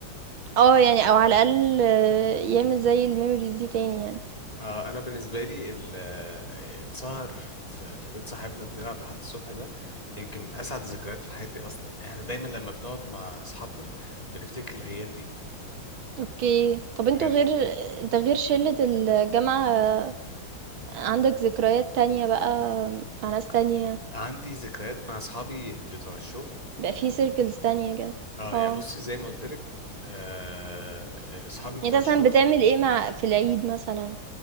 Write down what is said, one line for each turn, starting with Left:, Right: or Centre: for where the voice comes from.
Right: اه يعني او على الاقل آه، يعمل زي الميموريز دي تاني يعني
Left: آه انا بالنسبه لي ال- آه، السهر في في بيت صاحبنا بنلعب لحد الصبح ده يمكن من اسعد الذكريات في حياتي اصلا احنا دايما لما بنقعد مع اصحابنا بنفتكر الايام دي
Right: اوكي طب انتوا
Left: بجد
Right: غير انت غير شلة الجامعة آه، عندك ذكريات تانية بقى مع ناس
Left: ع-
Right: تانية
Left: عندي ذكريات مع اصحابي بتوع الشغل
Right: بقى
Left: يعني
Right: في سيركلز تانية كده
Left: اه
Right: اه
Left: يعني بصي زي ما قلت لك آه، اصحابي بتوع
Right: يعني انت مثلا
Left: الشغل
Right: بتعمل ايه مع في العيد مثلا